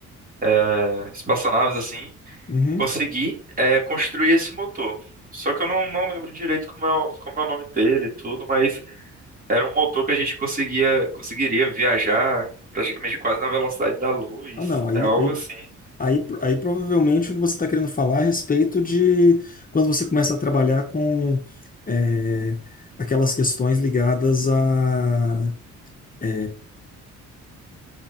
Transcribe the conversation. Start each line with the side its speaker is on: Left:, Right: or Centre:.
Right: é, espaçonaves, assim,
Left: uhum.
Right: consegui é, construir esse motor. Só que eu não, não lembro direito como é, o- como é o nome dele e tudo, mas era um motor que a gente conseguia, conseguiria viajar praticamente quase na velocidade da luz.
Left: Ah, não, aí
Right: É algo assim.
Left: Aí, aí provavelmente o que você está querendo falar é a respeito de quando você começa a trabalhar com é, aquelas questões ligadas a, é,